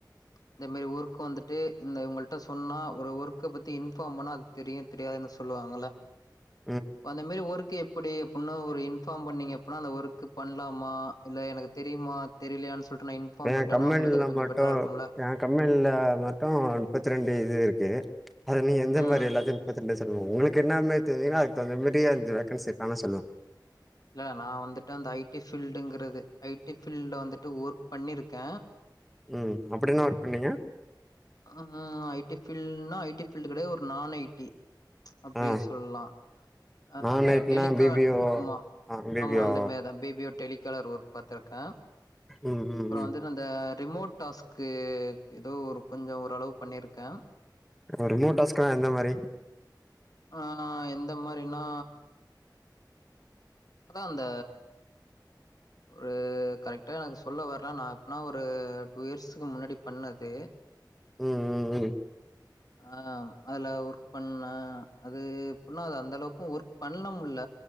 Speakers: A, on the left; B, in the centre.
A: இந்த மாரி ஒர்க் வந்துட்டு இந்த உங்கள்ட சொன்னா ஒரு ஒர்க்க பத்தி இன்ஃபார்ம் பண்ணா அ தெரியு தெரியாதுன்னு சொல்லுவாங்கள்ல
B: <inaudible>
A: அந்த மாரி ஒர்க்க்கு எப்படி அப்பில்லா ஒரு இன்ஃபார்ம் பண்ணீங்க அப்பினா அந்த ஒர்க்கு பண்லாமா இல்ல எனக்கு தெரியுமா தெரிலயானு சொல்ட்டு நா இன் பார்ம்
B: என்
A: பண்டேனா
B: கம்பெனில
A: உங்களுக்கு அது கொஞ்ச
B: மட்டும்
A: பெட்டரா இருக்கும்ல
B: என் கம்பெனில மொத்தொ முப்பத்தி ரெண்டு இது இருக்குது அத நீ எந்த
A: ம்
B: மாரி எல்லாத்தயு கத்துக்டே இது சொல்லுவாங்க உங்களுக்கு என்ன மாரி தெரியுனா அதுக்கு தகுந்த மாரி வேகன்ஸி இருக்கானு சொல்லுவோ
A: இல்ல நா வந்துட்டு அந்த ஐடி ஃபீல்டுங்குறது ஐடி ஃபீல்ட் வந்துட்டு ஒர்க் பண்ணிருக்கே
B: ம் அப்டி என்ன ஒர்க் பண்ணீங்க
A: ஆ ஐடி ஃபீல்ட்னா ஐடி ஃபீல்டு கெடையா ஒரு நான் ஐடி அப்டி
B: ஆ
A: சொல்லலா ஆ
B: நான்
A: அந்த
B: நைட்னா
A: டெலிகால்
B: பி பி ஓ
A: ஆமா
B: ஆ பி
A: ஆமா
B: பி
A: அந்த
B: ஓ
A: மாரிதா B B A telecaller work பாத்துருக்கே
B: ம் ம்
A: அப்புறோ
B: ம்
A: வந்து அந்த ரிமோட் டாஸ்க்கு ஏதோ ஒரு கொஞ்சோ ஓரளவு பண்ணிருக்கே
B: இப்போ ரிமோட் டாஸ்க்குனா எந்த மாரி
A: ஆ எந்த மாரினா அதா அந்த ஒரு கரெக்ட்டா எனக்கு சொல்ல வரலா நா எப்பனா ஒரு டூ இயர்ஸுகு முன்னாடி பண்ணது
B: ம் ம் ம்
A: ஆ அதுல ஒர்க் பண்ண அது எப்டின்னா அது அந்த அளவுக்கு ஒர்க் பண்ண முல்ல